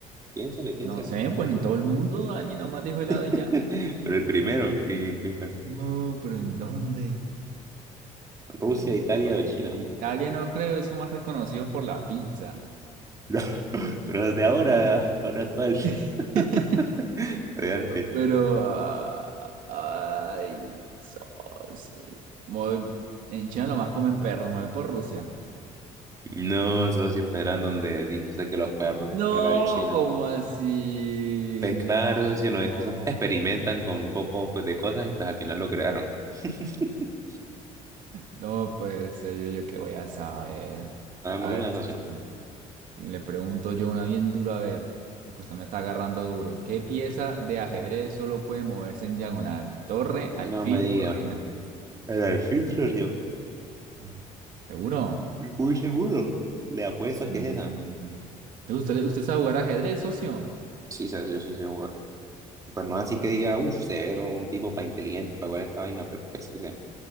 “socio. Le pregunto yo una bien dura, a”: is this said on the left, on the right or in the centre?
Right